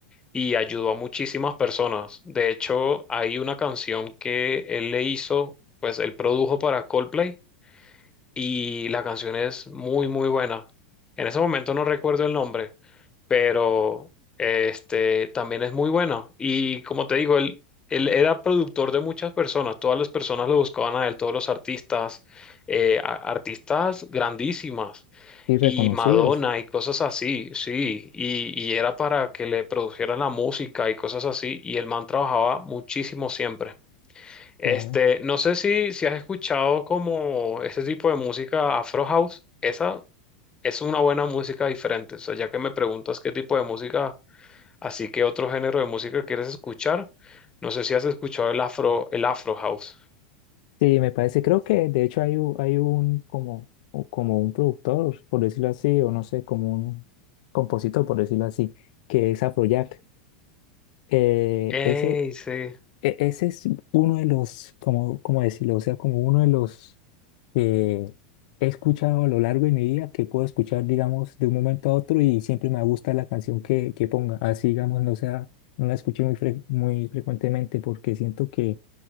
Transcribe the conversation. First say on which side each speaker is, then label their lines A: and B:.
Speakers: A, on the left; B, on the left.
A: y ayudó a muchísimas personas. De hecho, hay una canción que él le hizo, pues él produjo para Coldplay y la canción es muy, muy buena. En ese momento no recuerdo el nombre, pero este también es muy buena. Y como te digo, él, él era productor de muchas personas, todas las personas lo buscaban a él, todos los artistas, eh, a- artistas grandísimas.
B: y reconocidos,
A: Y Madonna y cosas así, sí, y, y era para que le produjeran la música y cosas así, y el man trabajaba muchísimo siempre. Este,
B: claro.
A: no sé si, si has escuchado como este tipo de música Afro House. Esa es una buena música diferente. O sea, ya que me preguntas qué tipo de música, así que otro género de música quieres escuchar, no sé si has escuchado el Afro, el Afro House.
B: Sí, me parece, creo que de hecho hay, u- hay un como, o como un productor, por decirlo así, o no sé, como un compositor, por decirlo así, que es Afrojack. Eh,
A: Ey,
B: ese,
A: sí.
B: e- ese es uno de los, como, como decirlo, o sea, como uno de los que he escuchado a lo largo de mi vida, que puedo escuchar, digamos, de un momento a otro y siempre me gusta la canción que, que ponga. Así, digamos, no sea, no la escuché muy, fre- muy frecuentemente porque siento que